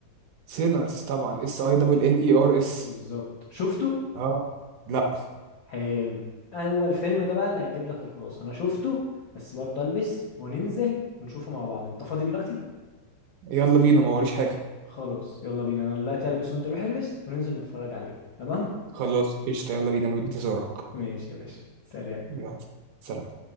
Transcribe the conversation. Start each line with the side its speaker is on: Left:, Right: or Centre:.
Right: سينرز طبعا اس اي دبل
Left: آه.
Right: ان اي ار اس
Left: بالظبط شفته
Right: اه لا
Left: حلو اول فيلم ده بقى اللي هيجيب لك الخلاصه انا شفته بس برضه البس وننزل ونشوفه مع بعض انت فاضي دلوقتي
Right: يلا بينا ما وريش حاجه
Left: خلاص يلا بينا انا دلوقتي البس وانت روح البس وننزل نتفرج عليه تمام
Right: خلاص قشطه يلا بينا من انتظارك
Left: ماشي يا باشا سلام
Right: يلا سلام